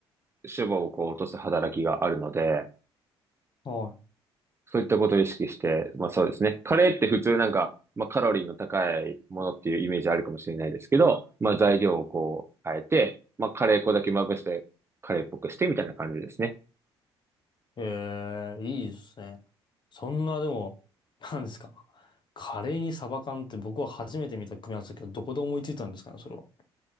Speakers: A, on the right; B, on the left.
A: 脂肪をこう落とす働きがあるので、
B: は
A: そういったことを意識して、まあそうですね。カレーって普通なんか、まあカロリーの高いものっていうイメージあるかもしれないですけど、まあ材料をこう変えて、まあカレー粉だけまぶして、カレーっぽくしてみたいな感じですね。
B: い。えー、いいですね。そんな、でも、なんですか。カレーにサバ缶って僕は初めて見た組み合わせだけど、どこで思いついたんですかね、それは。